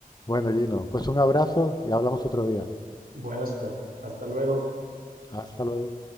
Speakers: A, on the left; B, on the right.
A: Bueno, Gino, pues un abrazo y hablamos otro día.
B: Bueno está, hasta luego.
A: Hasta luego.